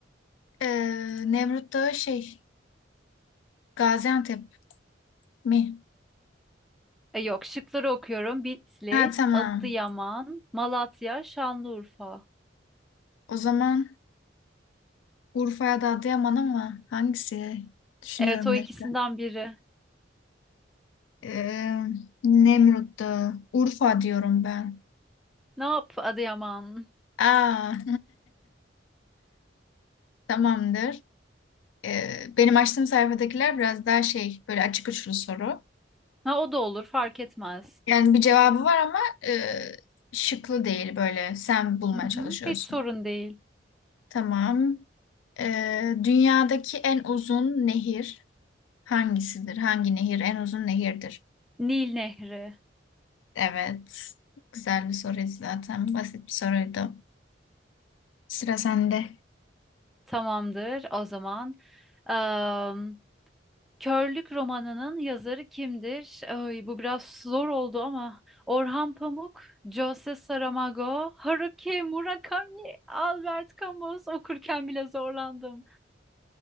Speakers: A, on the left; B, in the centre.
A: Ee, Nemrut Dağı şey Gaziantep mi?
B: E, yok şıkları okuyorum. Bitlis,
A: Ha tamam.
B: Adıyaman, Malatya, Şanlıurfa.
A: O zaman Urfa ya da Adıyaman ama hangisi? Düşünüyorum
B: Evet o
A: bir
B: ikisinden
A: dakika.
B: biri.
A: Ee, Nemrut Dağı. Urfa diyorum ben.
B: Ne yap Adıyaman?
A: Aa. <laughs> Tamamdır. Ee, benim açtığım sayfadakiler biraz daha şey böyle açık uçlu soru.
B: Ha o da olur fark etmez.
A: Yani bir cevabı var ama e, şıklı değil böyle. Sen bulmaya
B: Hı hı,
A: çalışıyorsun.
B: hiç sorun değil.
A: Tamam. E, dünyadaki en uzun nehir hangisidir? Hangi nehir en uzun nehirdir?
B: Nil Nehri.
A: Evet. Güzel bir soruydu zaten. Basit bir soruydu. Sıra sende.
B: Tamamdır o zaman. Am, Körlük romanının yazarı kimdir? Ay, bu biraz zor oldu ama Orhan Pamuk, Jose Saramago, Haruki Murakami, Albert Camus okurken bile zorlandım.